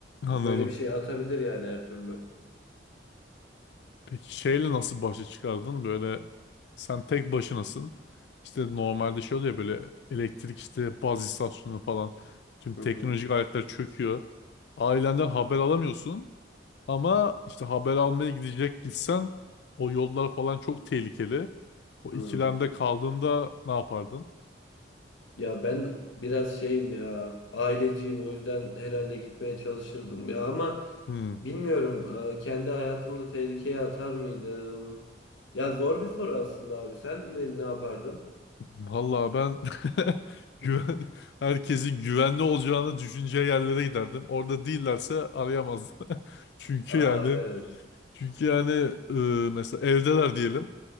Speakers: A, on the left; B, on the left.
A: anladım.
B: Böyle bir şey atabilir yani her türlü.
A: Peki şeyle nasıl başa çıkardın? Böyle sen tek başınasın. İşte normalde şey oluyor ya böyle elektrik işte baz istasyonu falan tüm
B: Hı
A: teknolojik
B: hı.
A: aletler çöküyor. Ailenden haber alamıyorsun ama işte haber almaya gidecek gitsen o yollar falan çok tehlikeli. O
B: Hı.
A: ikilemde kaldığında ne yapardın?
B: Ya ben biraz şeyim ya aileciyim o yüzden herhalde gitmeye çalışırdım ya ama
A: Hmm.
B: bilmiyorum e, kendi hayatımda tehlikeye atar mıydım? Ya zor bir soru aslında abi sen ne, ne yapardın?
A: Vallahi ben <laughs> güven,
B: <laughs>
A: herkesin güvenli olacağını düşüneceği yerlere giderdim. Orada değillerse arayamazdım. <laughs> Çünkü
B: Aa
A: yani
B: evet.
A: Çünkü yani e, mesela evdeler diyelim.